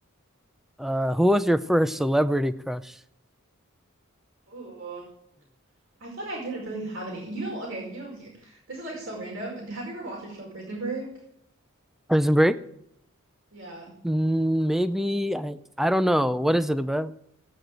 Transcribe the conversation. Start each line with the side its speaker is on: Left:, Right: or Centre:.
Centre: uh, who was your first celebrity crush?
Right: Ooh. I feel like I didn't really have any. You know, okay, you know here. This is like so random. Have you ever watched the show Prison Break?
Centre: <laughs> Prison Break?
Right: Yeah.
Centre: Mm, maybe I I don't know. What is it about?